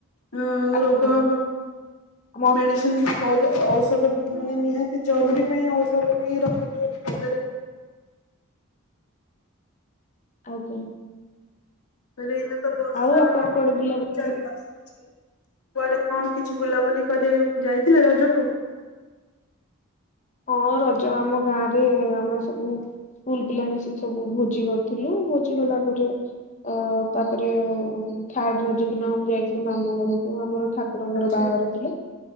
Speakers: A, on the left; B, on the left.
A: ହ
B: ଆଜ୍ଞା
A: ରୋଗ ହବ
B: ମସଲା
A: ମେଡିସିନ ଔଷ ଔଷଧ ଗ୍ରୁ ମାନେ ନି ହାତି ଜରୁରୀ ପାଇଁ ଔଷଧ ବିି ରଖୁଥିବେ ପାଖରେ।
B: ଆଜ୍ଞା।
A: ମାନେ ଏଇନ ତ ବର୍ଷା
B: ଆଉ ଆପଣ କୁଆଡେ ବୁଲାବୁଲି
A: ଚାର ଆସିଚି। କୁଆଡେ କଣ କିଛି ବୁଲାବୁଲି କରି ଯାଇଥିଲେ ରଜକୁ?
B: ହଁ ରଜ ଆମ ଗାଁ ରେ ଆମେ ସବୁ ସ୍କୁଲ ପିଲା ମିଶିକି ସବୁ ଭୋଜି କରିଥିଲୁ ଭୋଜି କଲା ପରେ ଅ ତାପରେ ଥାର୍ଡ ରଜ ଦିନ ଆମ ଯାଇଥିଲି ମାମୁ ଘରକୁ ଆମର ଠା କୁରଙ୍କର
A: ଆଚ୍ଛା
B: ବାହାଘର ଥିଲେ,